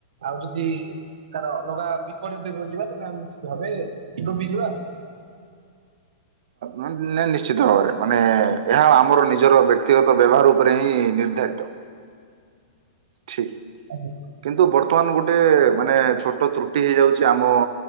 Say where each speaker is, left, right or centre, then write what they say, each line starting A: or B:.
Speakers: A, on the right; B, on the right.
A: ଆଉ ଯଦି ତାର ଅଲଗା ବିପରିତ ଦିଗକୁ ଯିବା ତେବେ ଆମେ ନିଶ୍ଟିତ ଭାବେ ଡୁବି ଯିବା। <inaudible>
B: ମାନେ ନିଶ୍ଚିତ ଭାବରେ ମାନେ ଏହା ଆମର ନିଜର ବ୍ୟକ୍ତି ବ୍ୟତିଗତ ବ୍ୟବହାର ଉପରେ ହିଁ ନିର୍ଧାରିତ। ଠିକ୍।
A: ଆଜ୍ଞା।
B: କିନ୍ତୁ ବର୍ତ୍ତମାନ ଗୋଟେ ମାନେ ଛୋଟ ତ୍ରୁଟି ହେଇଯାଉଛି ଆମ